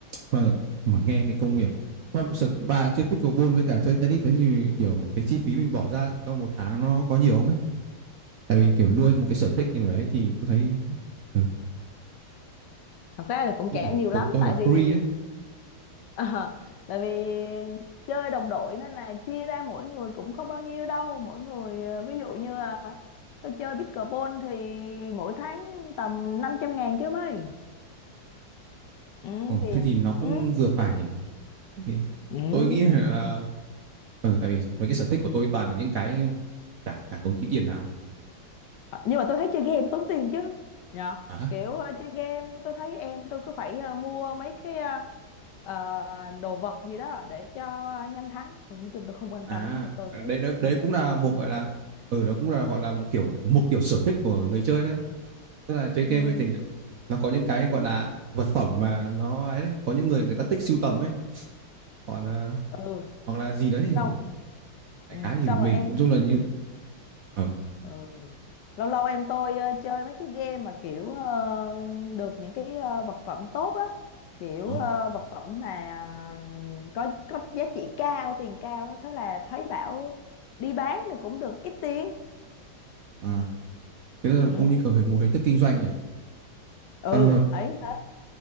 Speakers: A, on the right; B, on the left.
A: và mà nghe cái công việc của- mà sợ bà chơi pickleball với cả chơi tennis thế thì kiểu cái chi phí mình bỏ ra cho một tháng nó có nhiều không ấy? Tại vì kiểu nuôi một cái sở thích như thế đấy thì tôi thấy ừ,
B: thật ra thì cũng
A: cái
B: trẻ
A: kiểu
B: nhiều
A: của
B: lắm
A: tôi
B: tại
A: là
B: vì
A: free đấy.
B: <laughs> Ờ, tại vì chơi đồng đội nên là chia ra mỗi người cũng không bao nhiêu đâu mỗi người ờ, ví dụ như là tôi chơi pickleball thì mỗi tháng tầm năm trăm ngàn chứ mấy ừ
A: Ồ
B: thì
A: thế thì nó cũng
B: ừ
A: vừa phải nhỉ? Tại-
B: ừ
A: tôi nghĩ là ừ, tại vì mấy cái sở thích của tôi toàn là những cái chả chả tốn tí tiền nào
B: Ờ, nhưng mà tôi thấy chơi game tốn tiền chứ nhờ
A: à
B: kiểu ờ, chơi game tôi thấy em tôi cứ phải ờ, mua mấy cái ờ, ờ, đồ vật gì đó để cho nhanh thắng tôi nói chung tôi không quan
A: à
B: tâm lắm, nhưng mà tôi thấy
A: đấy đấy, đấy
B: không
A: cũng là một gọi là ừ đó cũng là gọi là một kiểu một kiểu sở thích của người chơi đấy tức là chơi
B: ừ
A: game với tình nó có những cái gọi là vật phẩm mà nó ấy đấy có những người người ta thích sưu tầm ấy còn ờ,
B: ừ
A: hoặc là gì đấy
B: xong
A: hoặc
B: ừ,
A: đại khái thì
B: xong
A: mình
B: rồi em
A: nói chung là như ờ
B: Ừ. Lâu lâu em tôi ờ, chơi mấy cái game mà kiểu ờ, được những cái ờ, vật phẩm tốt á, kiểu
A: đó
B: ờ, vật phẩm mà ờ, có có giá trị cao, tiền cao, thế là thấy bảo đi bán thì cũng được ít tiền.
A: à. thế là
B: Ừ,
A: cũng như kiểu về một hình thức kinh doanh nhỉ
B: ừ,
A: Ờ,
B: thấy thế.